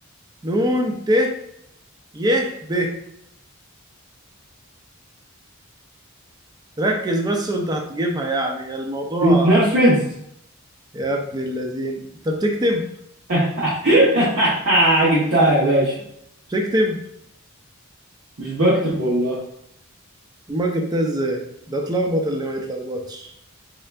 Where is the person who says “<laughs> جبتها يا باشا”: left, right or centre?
Right